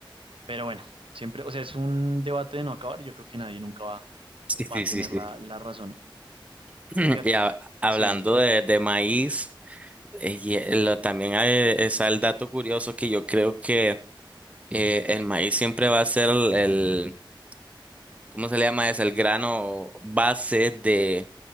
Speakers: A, on the right (about 85°); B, on the right (about 15°).
A: pero bueno, siempre, o sea, es un debate de no acabar y yo creo que nadie nunca va,
B: sí, sí,
A: va a tener
B: sí, sí.
A: la, la razón.
B: <clears throat>
A: Fíjate,
B: Y ha- hablando
A: sí, dime.
B: de, de maíz. Eh, Y eh, lo- también hay, está el dato curioso que yo creo que eh, el maíz siempre va a ser el, el- ¿cómo se le llama? Es el grano base de,